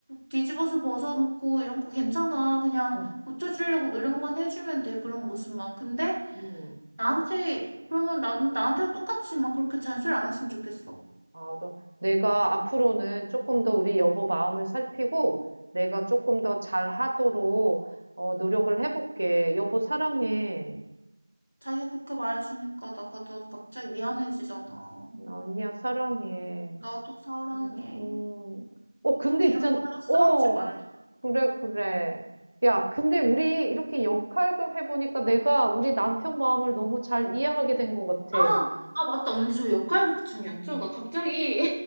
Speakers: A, on the left; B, on the right.
A: 뒤집어서 벗어놓고 이런 거 괜찮아. 그냥
B: 응,
A: 고쳐주려고 노력만 해주면 돼. 그런 모습만. 근데
B: 응.
A: 나한테 그러면 나, 나한테 똑같이 막 그렇게 잔소리 안 했으면 좋겠어.
B: 알아. 내가 앞으로는 조금 더 우리 여보 마음을 살피고 내가 조금 더 잘하도록 어, 노력을 해볼게. 여보 사랑해.
A: 자기가 그렇게 말해주니까 나가 너 갑자기 미안해지잖아.
B: 응, 언니야 사랑해.
A: 나도 사랑해.
B: 음, 음. 어, 근데
A: 우리
B: 있잖아.
A: 이런 걸로 싸우지
B: 어,
A: 말자.
B: 그래, 그래. 야, 근데 우리 이렇게 역할극 해보니까 내가 우리 남편 마음을 너무 잘 이해하게 된 것 같아.
A: 아, 아, 맞다. 언니 저 역할극 중이었죠? 나 갑자기